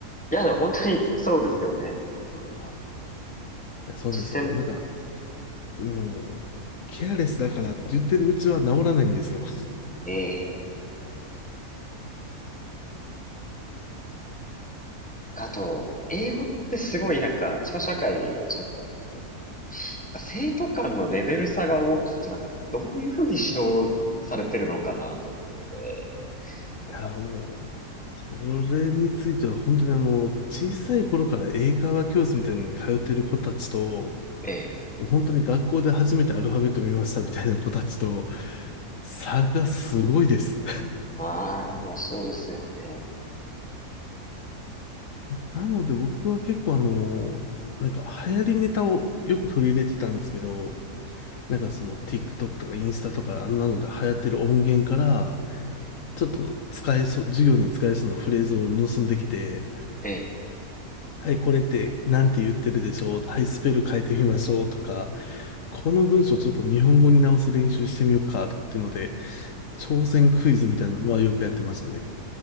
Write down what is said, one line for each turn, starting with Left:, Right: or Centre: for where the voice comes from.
Centre: いや、でも本当にそうですよね。それは。
Left: そうなんですよ。
Centre: 実践、
Left: なんか、もう、ケアレスだからって言ってるうちは治らないんですよ。
Centre: ええ。なんかあと、英語ってすごいなんか、自分は社会を教えてたんですけども、なんか生徒間のレベル差が大きいとなんか、どういうふうに指導されてるのかなと思ってて、なんか、
Left: いや、もう、それについては本当にあの、小さい頃から英会話教室みたいなのに通ってる子たちと、
Centre: ええ、
Left: もう本当に学校で初めてアルファベット見ましたみたいな子たちと、差がすごいです。
Centre: ああ、いやそうですよね。
Left: なので僕は結構あの、なんか流行りネタをよく取り入れてたんですけど、なんかその TikTok とかインスタとかあんなので流行ってる音源から、
Centre: ええ、
Left: ちょっと使えそう、授業に使えそうなフレーズを盗んできて、
Centre: ええ、
Left: はい、これってなんて言ってるでしょう。はい、スペル変えてみましょうとか、この文章ちょっと日本語に直す練習してみようかとかっていうので、挑戦クイズみたいなのはよくやってましたね。